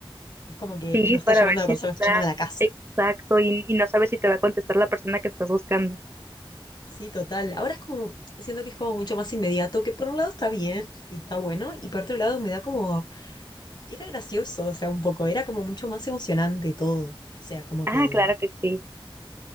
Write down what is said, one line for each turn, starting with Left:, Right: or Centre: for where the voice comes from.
Left: Es como que
Right: Sí,
Left: no está
Right: para
Left: llamando
Right: ver si
Left: a la persona,
Right: está
Left: está llamando a la casa.
Right: exacto y, y no sabes si te va a contestar la persona que estás buscando.
Left: Sí, total. Ahora es como, siento que es como mucho más inmediato, que por un lado está bien y está bueno, y por otro lado me da como, era gracioso, o sea, un poco, era como mucho más emocionante todo. O sea, como
Right: Ah,
Left: que
Right: claro que sí.